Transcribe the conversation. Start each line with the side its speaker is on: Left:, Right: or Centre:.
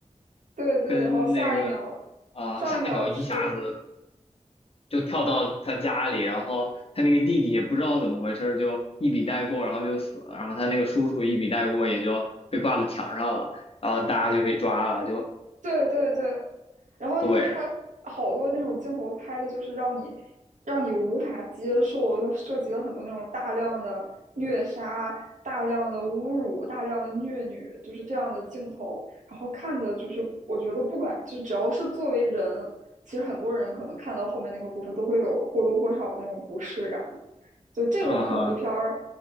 Right: 对对，
Left: 跟那个
Right: 然后下一秒，
Left: 啊、
Right: 上一秒是
Left: 下一秒一下子就跳到他家里，
Right: 呃，啊
Left: 然后他那个弟弟也不知道怎么回事儿就一笔带过，然后就死了。然后他那个叔叔一笔带过，也就被挂到墙上了。然后大家就被抓了，就
Right: 对对对，然后因为它好多那种镜头拍的，
Left: 对，
Right: 就是让你让你无法接受，它涉及了很多那种大量的虐杀、大量的侮辱、大量的虐女，就是这样的镜头。然后看的就是，我觉得不管就只要是作为人，其实很多人可能看到后面那个部分都会有或多或少的那种不适感。就这种恐怖片儿，
Left: 嗯哈，